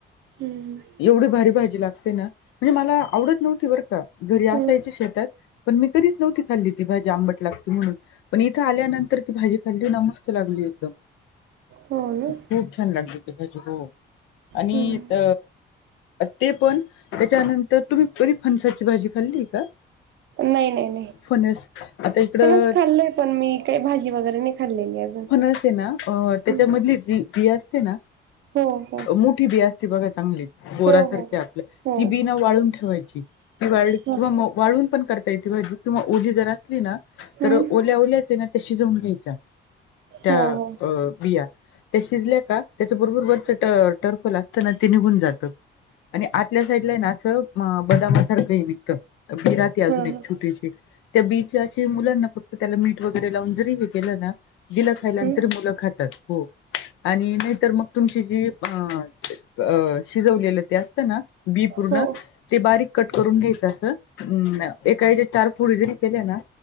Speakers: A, on the right; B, on the left.
A: हम्म हम्म
B: एवढी भारी भाजी लागते ना म्हणजे मला आवडत नव्हती बरं का घरी
A: हं.
B: असायची शेतात पण मी कधी नव्हती खाल्ली ती भाजी आंबट लागते म्हणून, पण इथं आल्यानंतर ती भा खाली न मस्त लागली एकदम
A: हो ना?
B: खूप छान लागली ती भाजी हो आणि
A: हं.
B: त ते पण त्याच्यानंतर तुम्ही कधी फणसाची भाजी खाल्ली का?
A: नाही, नाही, नाही.
B: फणस आता इकडं
A: फणस खाल्लंय पण मी काही भाजी वगैरे नाही खाल्लेली अजून
B: णस न त्याच्या
A: हं.
B: मधली जी बी असते ना
A: हो, हो.
B: मोठी बी असती बघा चांगली बोरासारखी
A: हो,
B: आपल्या
A: हो.
B: ती
A: हो.
B: बी न वाळून ठेवायची. ती वाळली
A: हं.
B: किंवा मऊ वाळून पण करता येते भाजी किंवा ओली जर असली ना
A: हं.
B: तर ओल्या ओल्याच आहे न त्या शिजवून घ्यायच्या त्या
A: हो, हो.
B: अ बिया ते शिजल्या का त्याच्या बरोबर बरच ट-टर्फल असत न ते निघून जातं. आणि आतल्या साईडला ना असं बदामासारखं हे विकत. बी राहते
A: हं,
B: अजून एक
A: हं.
B: छोटीशी. त्या बीची अशी मुलांना फक्त त्याला मीट वगैरे लावून जरी हे केलं न दिलं खायल्यानंतर
A: हं.
B: मुलं खातात हो आणि नाहीतर मग तुमची जी अ शिजवलेलं ते असत न बी पूर्ण
A: हो.
B: ते बारीक कट करून घ्यायच असं ऐकायचं चार फुडी जरी केल्या ना